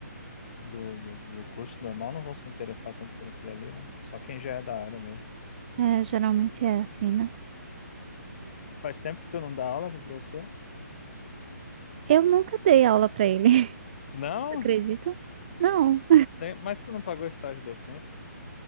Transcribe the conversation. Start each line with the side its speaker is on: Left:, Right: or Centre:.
Left: do, do, do curso normal não vão se interessar tanto por aquilo ali, né? Só quem já é da área mesmo.
Right: É, geralmente é assim, né?
Left: Faz tempo que tu não dá aula pro professor?
Right: Eu nunca dei aula pra ele. <laughs>
Left: Não?
Right: Tu acredita? Não.
Left: Bem, Mas tu não pagou estágio de docência?